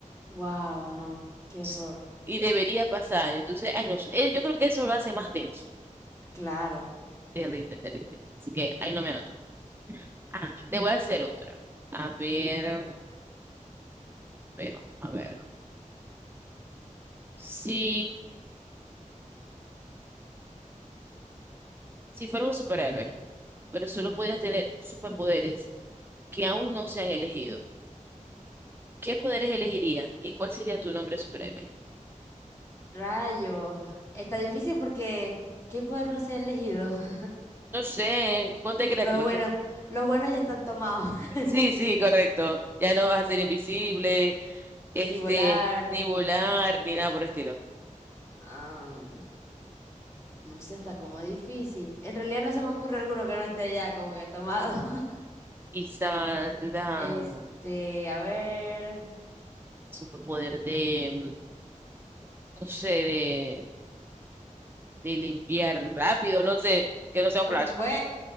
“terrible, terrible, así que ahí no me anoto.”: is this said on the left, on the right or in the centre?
Right